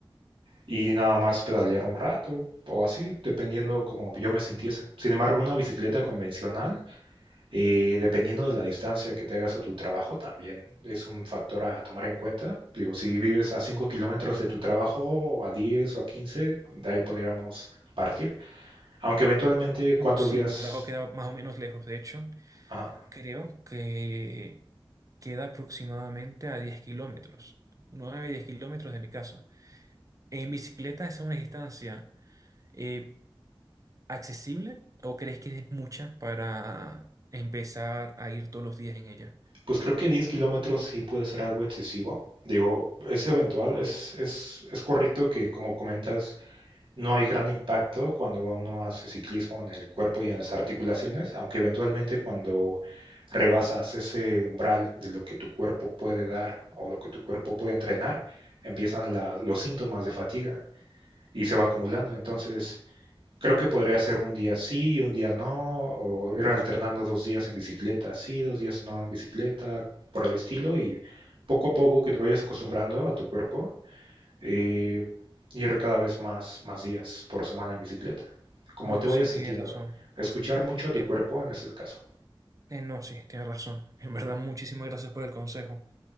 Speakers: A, on the right; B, on the right.
A: y nada más pedalear un rato o así, dependiendo como yo me sintiese. Sin embargo, una bicicleta convencional Eh, dependiendo de la distancia que te hagas a tu trabajo, también es un factor a tomar en cuenta. Digo, si vives a 5 kilómetros de tu trabajo, o a 10 o a 15, de ahí podríamos partir. Aunque eventualmente,
B: No,
A: ¿cuántos
B: sí,
A: días?
B: mi trabajo queda más o menos lejos, de hecho,
A: Ajá.
B: creo que queda aproximadamente a 10 kilómetros, 9 10 kilómetros de mi casa. ¿En bicicleta esa es una distancia eh, accesible o crees que es mucha para empezar a ir todos los días en ella?
A: Pues creo que 10 kilómetros sí puede ser algo excesivo. Digo, es eventual, es, es, es correcto que como comentas, No hay gran impacto cuando uno hace ciclismo en el cuerpo y en las articulaciones, aunque eventualmente cuando rebasas ese umbral de lo que tu cuerpo puede dar o lo que tu cuerpo puede entrenar, empiezan la- los síntomas de fatiga y se va acumulando. Entonces, creo que podría ser un día sí, un día no, o ir alternando dos días en bicicleta sí, dos días no en bicicleta, por el estilo, y poco a poco que te vayas acostumbrando a tu cuerpo eh, ir cada vez más, más días por semana en bicicleta, como
B: No,
A: te vayas
B: sí,
A: sintiendo.
B: tiene razón.
A: Escuchar mucho a
B: Eh,
A: tu cuerpo en ese caso.
B: eh, no, sí, tiene razón. En
A: Ujú.
B: verdad, muchísimas gracias por el consejo.